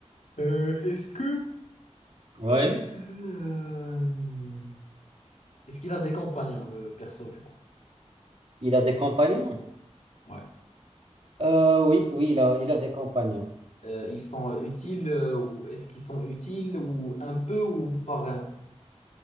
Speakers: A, on the left; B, on the right.
A: Euh, est-ce que...
B: Oui.
A: Est-ce que... euh, est-ce qu'il a des compagnons, le perso, du coup?
B: Il a des compagnons?
A: Ouais.
B: Euh, oui, oui, il a, il a des compagnons.
A: Euh, ils sont euh, utiles euh, ou est-ce qu'ils sont utiles ou un peu ou pas vraiment?